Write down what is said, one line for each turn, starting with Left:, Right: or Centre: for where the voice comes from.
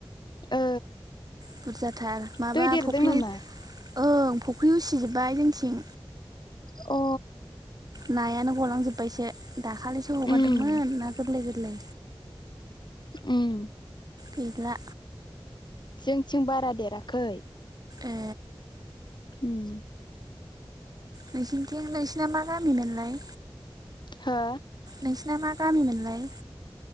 Left: ओ।
Right: बुरजाथार माबा
Left: दै देरदों
Right: फख्रि
Left: नामा
Right: ओं फुख्रि उसिजोबाय जोंथिं।
Left: अ।
Right: नायानो गलांजोब्बायसो दाखालिसो हगारदोंमोन
Left: उम
Right: ना गोरलै -गोरलै।
Left: उम
Right: गैला।
Left: जोंथिं बारा देराखै।
Right: ए
Left: ओम।
Right: नोंसिनथिं नोंसिना मा गामि मोनलाय
Left: हो
Right: नोंसिना मा गामि मोनलाय?